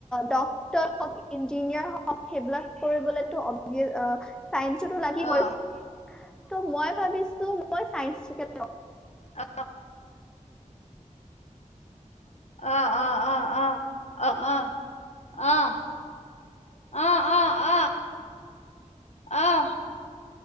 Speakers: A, in the centre; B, on the left.
A: ডক্টৰ হক ইঞ্জিনিয়াৰ হওক সেইবিলাক কৰিবলেতো অবিয়েচ অ <unintelligible> চাইন্ঞ্চোতো লাগিবই
B: অ
A: <unintelligible> ত মই ভাৱিছো মই চাইঞ্চটোকে
B: অ অহ অহ অহ অহ অহ অহ অহ অহ অহ অহ অহ